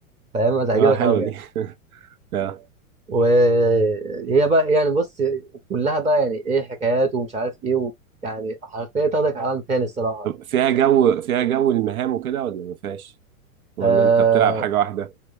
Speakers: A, on the right; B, on the right.
A: فاهم هتعجبك
B: اه حلوة
A: قوي يعني
B: دي <laughs> آه.
A: وهي بقى يعني بص كلها بقى يعني ايه حكايات ومش عارف ايه و... يعني حرفيا تاخدك عالم تاني الصراحه
B: طب فيها جو فيها جو المهام وكده ولا ما فيهاش ولا
A: آه...
B: انت بتلعب حاجة واحدة